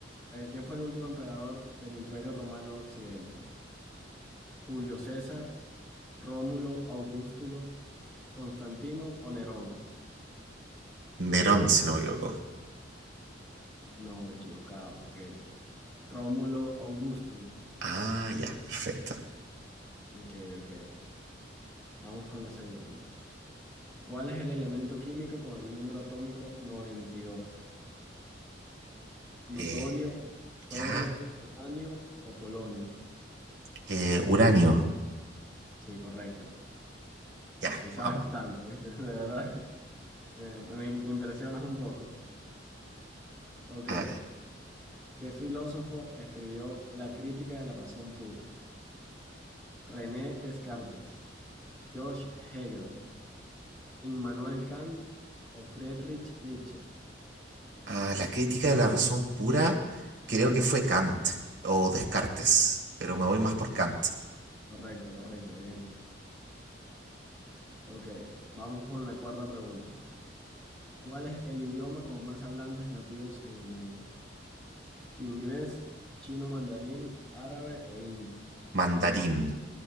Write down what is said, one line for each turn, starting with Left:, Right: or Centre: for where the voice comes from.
Centre: eh, quién fue el último emperador del Imperio Romano de Occidente? ¿Julio César, Rómulo, Augustulo, Constantino o Nerón?
Right: Nerón, si no me equivoco.
Centre: No, equivocado, ok. Rómulo, Augustulo.
Right: Ah, ya, perfecto.
Centre: Ok, ok. Vamos con la segunda. ¿Cuál es el elemento químico con el número atómico 92? Plutonio,
Right: Eh, ya.
Centre: torio, uranio o polonio.
Right: Eh, uranio.
Centre: Sí, correcto.
Right: Ya,
Centre: Sí, sabes
Right: vamos.
Centre: bastante, ¿viste? <laughs> De verdad. Me, me- me impresionas un poco. Ok.
Right: A,
Centre: ¿Qué filósofo escribió La crítica de la razón pura? René Descartes, George Hegel, Immanuel Kant o Friedrich Nietzsche.
Right: a la crítica de la razón pura, creo que fue Kant o Descartes, pero me voy más
Centre: Sí,
Right: por Kant.
Centre: correcto, correcto, bien. Ok, vamos con la cuarta pregunta. ¿Cuál es el idioma con más hablantes nativos en el mundo? Inglés, chino mandarín, árabe o hindi.
Right: Mandarín,